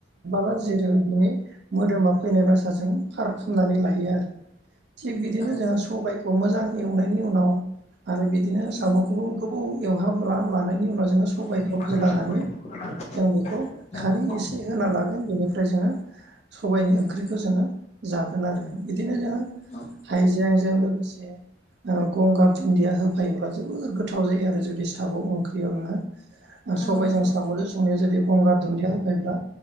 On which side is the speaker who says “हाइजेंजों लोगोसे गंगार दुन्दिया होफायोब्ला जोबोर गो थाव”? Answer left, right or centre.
Right